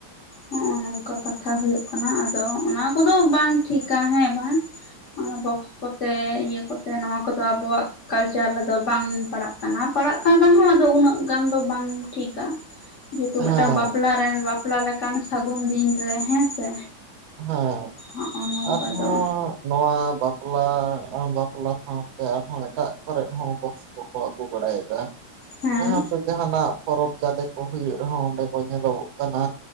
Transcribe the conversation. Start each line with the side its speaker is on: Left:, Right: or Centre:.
Left: ᱦᱚᱸᱜ ᱚ ᱱᱚᱝᱠᱟ ᱠᱟᱛᱷᱟ ᱦᱩᱭᱩᱜ ᱠᱟᱱᱟ ᱟᱫᱚ ᱚᱱᱟ ᱠᱚᱫᱚ ᱵᱟᱝ ᱴᱷᱤᱠᱟ ᱦᱮᱸ ᱵᱟᱝ ᱚᱱᱟ ᱵᱚᱠᱥ ᱠᱚᱛᱮ ᱤᱭᱟᱹ ᱠᱚᱛᱮ ᱱᱚᱣᱟ ᱠᱚᱫᱚ ᱟᱵᱚᱣᱟᱜ ᱠᱟᱞᱪᱟᱨ ᱨᱮᱫᱚ ᱵᱟᱝ ᱯᱟᱲᱟᱜ ᱠᱟᱱᱟ ᱯᱟᱲᱟᱜ ᱠᱟᱱ ᱨᱮᱦᱚᱸ ᱟᱫᱚ ᱩᱱᱟᱹᱜ ᱜᱟᱱ ᱫᱚ ᱵᱟᱝ ᱴᱷᱤᱠᱟ ᱛᱚ
Right: ᱦᱮᱸ
Left: ᱢᱤᱫᱴᱟᱝ ᱵᱟᱯᱞᱟ ᱨᱮᱱ ᱵᱟᱯᱞᱟ ᱞᱮᱠᱟᱱ ᱥᱟᱹᱜᱩᱱ ᱫᱤᱱ ᱨᱮ ᱦᱮᱸ ᱥᱮ
Right: ᱦᱮᱸ
Left: ᱦᱚᱜᱼᱚ ᱱᱚᱝᱠᱟ
Right: ᱟᱨᱦᱚᱸ
Left: ᱫᱚ
Right: ᱱᱚᱣᱟ ᱵᱟᱯᱞᱟ ᱵᱟᱯᱞᱟ ᱥᱟᱶᱛᱮ ᱟᱨᱦᱚᱸ ᱮᱴᱟᱜ ᱠᱚᱨᱮ ᱦᱚᱸ ᱵᱚᱠᱥ ᱠᱚ ᱠᱚ ᱟᱜᱩ ᱵᱟᱲᱟᱭᱮᱫᱟ
Left: ᱦᱮᱸ
Right: ᱡᱟᱦᱟᱸ ᱛᱮ ᱡᱟᱦᱟᱸᱱᱟᱜ ᱯᱚᱨᱚᱵᱽ ᱡᱟᱫᱮ ᱠᱚ ᱦᱩᱭᱩᱜ ᱨᱮᱦᱚᱸ ᱚᱸᱰᱮ ᱠᱚ ᱧᱮᱞᱚᱜᱚᱜ ᱠᱟᱱᱟ